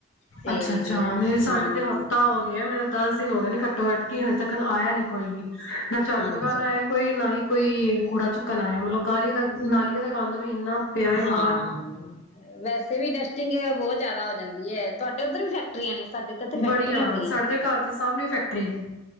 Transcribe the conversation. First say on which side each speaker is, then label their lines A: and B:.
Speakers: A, on the left; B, on the left.
A: ਤੇ
B: ਅੱਛਾ-ਅੱਛਾ, ਨਹੀਂ ਸਾਡੇ
A: ਹਾਂ
B: ਤੇ ਹਫ਼ਤਾ ਹੋ ਗਿਆ ਮੇਰੇ ਦਸ ਦਿਨ ਹੋ ਗਏ ਨੇ ਘੱਟੋ-ਘੱਟ ਕਿ ਹਜੇ ਤੱਕ ਆਇ ਨੀ ਕੋਈ ਵੀ। ਨਾ ਝਾੜੂ ਲਗਾਉਣਾ
A: ਅੱਛਾ
B: ਹੈ ਕੋਈ ਨਾ ਹੀ ਕੋਈ ਕੂੜਾ ਚੁੱਕਣਾ ਹੈ ਮਤਲਬ ਗਾਲੀ ਦਾ ਨਾਲਿਆਂ ਤਕ ਗੰਦ ਵੀ ਇੰਨਾ। ਪਿਆ ਏ
A: ਹਾਂ
B: ਬਾਹਰ
A: ਵੈਸੇ ਵੀ ਡਸਟਿੰਗ ਬਹੁਤ ਜਿਆਦਾ ਹੋ ਜਾਂਦੀ। ਤੁਹਾਡੇ ਉੱਧਰ ਵੀ ਫੈਕਟਰੀਆਂ ਨੇ? ਸਾਡੇ ਤਾਂ ਇੱਥੇ ਫੈਕਟਰੀਆਂ
B: ਬੜੀਆਂ ਸਾਡੇ
A: ਨੇ
B: ਦੇ ਘਰ ਦੇ ਸਾਹਮਣੇ ਫੈਕਟਰੀ ਹੈ